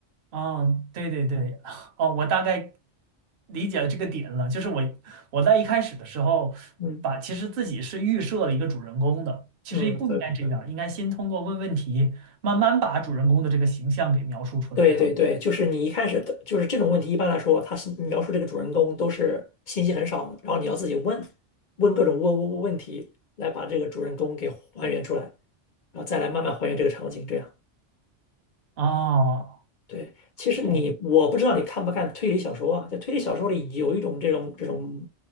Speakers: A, on the right; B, on the left.
A: 哦，对对对，<laughs> 哦，我大概理解了这个点了。就是我我在一开始的时候把，
B: 嗯
A: 其实自己是预设了一个主人公的，其实也不应该这样，
B: 嗯，对
A: 应该先通过问问题，慢慢把主人公的这个形象给描述出来哈。
B: 对对对，就是你一开始的，就是这种问题，一般来说，他是描述这个主人公都是信息很少的，然后你要自己问问各种问问问题，来把这个主人公给还原出来，然后再来慢慢还原这个场景，这样。
A: 哦
B: 对，其实你我不知道你看不看推理小说啊，
A: 哦，
B: 在推理小说里有一种这种这种